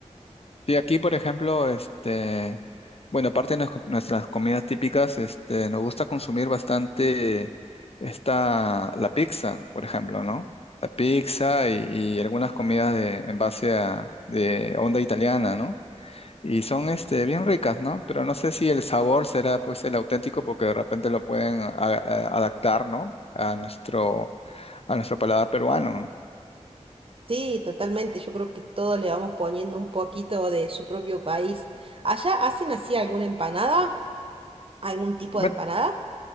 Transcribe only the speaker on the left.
Sí, aquí, por ejemplo, este, bueno, aparte de nues- nuestras comidas típicas, este, nos gusta consumir bastante esta, la pizza, por ejemplo, ¿no? La pizza y, y algunas comidas de, en base a de onda italiana, ¿no? Y son este, bien ricas, ¿no? Pero no sé si el sabor será pues el auténtico porque de repente lo pueden a- a- adaptar, ¿no? A nuestro, a nuestro paladar peruano. ¿no?
Bueno,